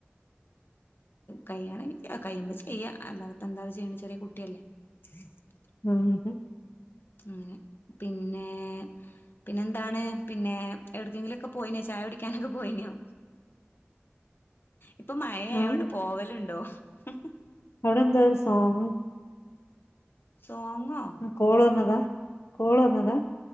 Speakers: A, on the left; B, on the left.
A: ക്യയാണെങ്കിൽ കഴിയുമ്പോ ചെയ്യ അല്ലാതെപ്പ എന്താ ചെയ്യണ ചെറിയ കുട്ടിയല്ലേ <unintelligible>
B: അഹ് <unintelligible>
A: അങ്ങനെ പിന്നെ, പിന്നെ എന്താണ് പിന്നെ എവിക്കെങ്കിലുംക്കെ പോയിെനോ ചായ കുടിക്കാൻ ഒകെ <unintelligible>
B: <inaudible>
A: ഇപ്പൊ മഴ ആയോണ്ട്
B: ആഹ്
A: പോവലുണ്ടോ <unintelligible>
B: അവിടെന്താ ഒരു സോങ്
A: സോങ്ങോ
B: ആ കോളു വാന്നതാ കോളു വാന്നതാ